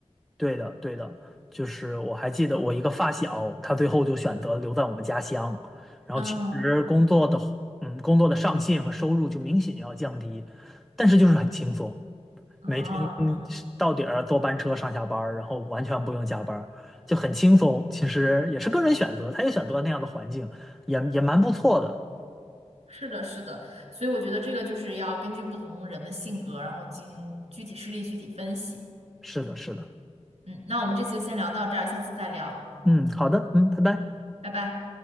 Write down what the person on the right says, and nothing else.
嗯，
啊，
是
是的，是的，所以我觉得这个就是要根据不同人的性格，然后进行具体事例具体分析。
嗯，那我们这次就先聊到这儿，下次再聊，
拜拜。